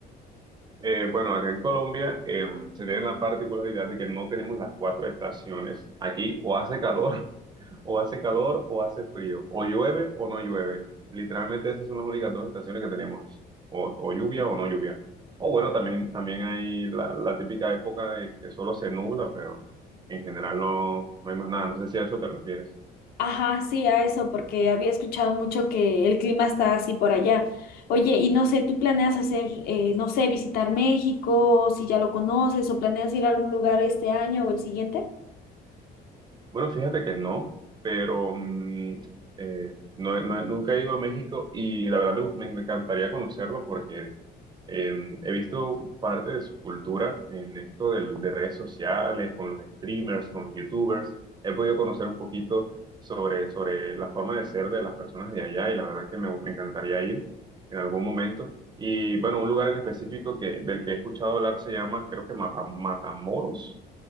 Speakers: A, on the right (about 25°); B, on the left (about 60°).
A: Eh, bueno, acá en Colombia eh, se tiene la particularidad de que no tenemos las cuatro estaciones. Aquí o hace calor, <laughs> o hace calor, o hace frío, o llueve o no llueve. Literalmente esas son las únicas dos estaciones que tenemos, o, o lluvia o no lluvia. O bueno, también, también hay la, la típica época de que solo se nubla, pero en general no, no hay más nada. No sé si a eso te refieres.
B: Ajá, sí, a eso, porque había escuchado mucho que el clima está así por allá. Oye, y no sé, ¿tú planeas hacer, eh, no sé, visitar México, si ya lo conoces, o planeas ir a algún lugar este año o el siguiente?
A: Bueno, fíjate que no, pero mm, eh, no, he- no he- nunca he ido a México y la verdad me, gust- me encantaría conocerlo porque eh, he visto parte de su cultura en esto del- de redes sociales, con los streamers, con los youtubers. He podido conocer un poquito sobre, sobre la forma de ser de las personas de allá y la verdad es que me, me encantaría ir en algún momento. Y bueno, un lugar en específico que, del que he escuchado hablar se llama, creo que Mata- Matamoros,